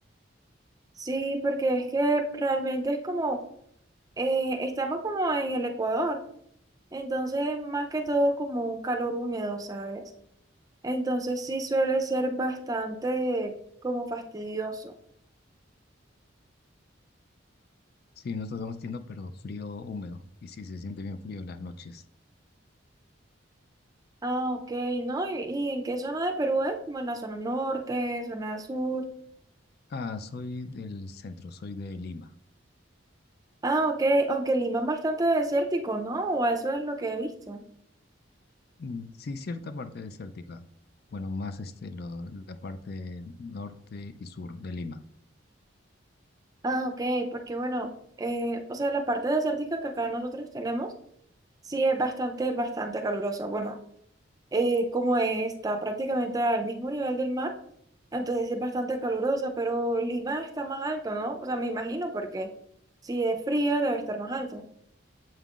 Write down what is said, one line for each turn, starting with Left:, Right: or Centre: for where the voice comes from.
Right: Sí, porque es que realmente es como, eh, estamos como en el Ecuador, entonces más que todo como un calor húmedo, ¿sabes? Entonces sí suele ser bastante como fastidioso.
Left: Sí, nosotros estamos sintiendo, pero frío húmedo, y sí, se siente bien frío en las noches.
Right: Ah, ok, ¿no? ¿Y, y en qué zona de Perú es? Como en la zona norte, zona sur.
Left: Ah, soy del centro, soy de Lima.
Right: Ah, ok, aunque Lima es bastante desértico, ¿no? O eso es lo que he visto.
Left: Mm, Sí, cierta parte desértica. Bueno, más este, lo- la parte norte y sur de Lima.
Right: Ah, ok, porque bueno, eh, o sea, la parte desértica que acá nosotros tenemos, sí es bastante, bastante calurosa. Bueno, eh, como está prácticamente al mismo nivel del mar, entonces sí es bastante calurosa, pero Lima está más alto, ¿no? O sea, me imagino porque si es fría debe estar más alto.